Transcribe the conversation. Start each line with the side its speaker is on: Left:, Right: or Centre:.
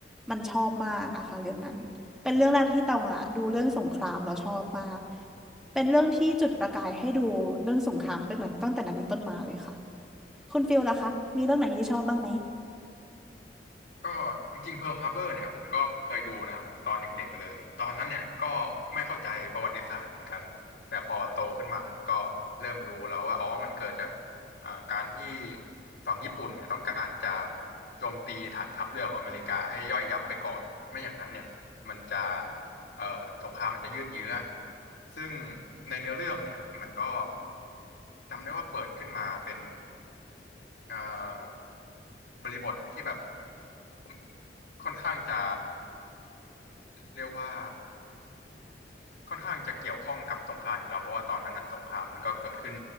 Centre: มันชอบมากอะค่ะเรื่องนั้นเป็นเรื่องแรกที่ตองอะดูเรื่องสงครามแล้วชอบมากเป็นเรื่องที่จุดประกายให้ดูเรื่องสงครามตั้งแต่ตั้งแต่นั้นเป็นต้นมาเลยค่ะคุณฟิลล่ะคะมีเรื่องไหนที่ชอบบ้างไหม
Left: ก็จริงๆ Pearl Harbor เนี่ยผมก็เคยดูนะครับผมตอนเด็กๆเลยตอนนั้นเนี่ยก็ไม่เข้าใจประวัติศาสตร์เหมือนกันแต่พอโตขึ้นมาเนี่ยก็เริ่มรู้แล้วว่าอ๋อมันเกิดจากอ่าการที่ฝั่งญี่ปุ่นเนี่ยต้องการจะโจมตีฐานทัพเรือของอเมริกาให้ย่อยยับไปก่อนไม่อย่างนั้นเนี่ยมันจะเอ่อสงครามมันจะยืดเยื้อซึ่งในเนื้อเรื่องเนี่ยมันก็จำได้ว่าเปิดขึ้นมาเป็นเอ่อ บริบทที่แบบผมค่อนข้างจะเรียกว่าค่อนข้างจะเกี่ยวข้องกับสงครามอยู่แล้วเพราะว่าตอนนั้นอะสงครามมันก็เกิดขึ้น